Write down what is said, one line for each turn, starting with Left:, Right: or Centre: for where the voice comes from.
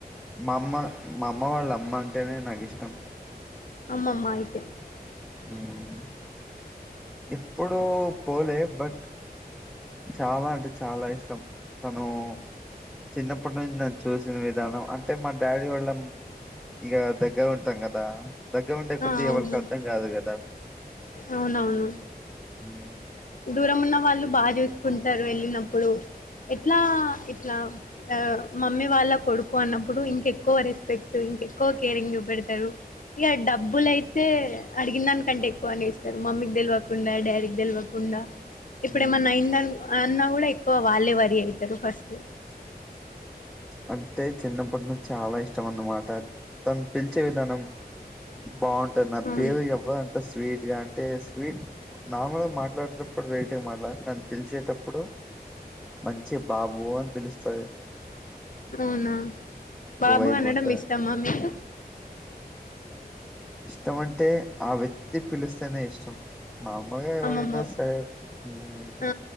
Centre: మా అమ్మ మా అమ్మ వాళ్ళ అమ్మ అంటేనే నాకిష్టం
Left: అమ్మమ్మ అయితే
Centre: హ్మ్ ఎప్పుడూ పోలే బట్ చాలా అంటే చాలా ఇష్టం తను చిన్నప్పటి నుంచి నన్ను చూసిన విధానం అంటే మా డాడీ వాళ్ళ ఇగ దగ్గరుంటం కదా దగ్గరా ఉండే కొద్ది
Left: ఆ అవును
Centre: ఎవరికి అర్థం కాదు కదా
Left: అవునవును
Centre: మ్
Left: దూరం ఉన్న వాళ్ళు బాగా చూసు కుంటారు వెళ్ళినప్పుడు ఎట్లా ఇట్లా అ మమ్మీ వాళ్ళ కొడుకు అన్నప్పుడు ఇంకెక్కువ రెస్పెక్ట్ ఇంకెక్కువ కేరింగ్ చూపెడతారు, ఇక డబ్బులయితే అడిగిన దానికంటే ఎక్కువ అనేస్తారు మమ్మీకి తెలవకుండా డాడీకి తెలవకు కుండా ఇప్పుడేమన్నా
Centre: ఉమ్,
Left: అయింద అన్న కూడా ఎక్కువ వాళ్లే వారి తను ఫస్ట్
Centre: అంటే చిన్నప్పటి నుంచి చాలా ఇష్టం అన్నమాట తను పిలిచే విధానం బాగుంటుంది నా
Left: అవును
Centre: పేరు ఎవ్వరంత స్వీట్ గా స్వీట్ మాములుగా మాట్లాడేటప్పుడు రేటింగ్ మాట్లాననీ పిలిచేటప్పుటె ఇప్పుడు మంచి బాబు అని పిలుస్తాయి
Left: అవునా బాబు
Centre: వైబ్
Left: అనడం
Centre: ఉంటది
Left: ఇష్టమా మీకు
Centre: ఇష్టం అంటే ఆ వ్యక్తి పిలుస్తేనే ఇష్టం మాములుగా ఎవరైనా
Left: అమ్మమ్మ
Centre: సరే మ్
Left: ఆ